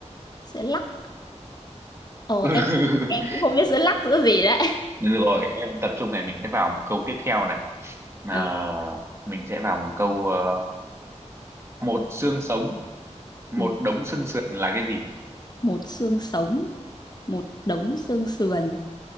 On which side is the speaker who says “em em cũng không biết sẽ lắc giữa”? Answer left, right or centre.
Left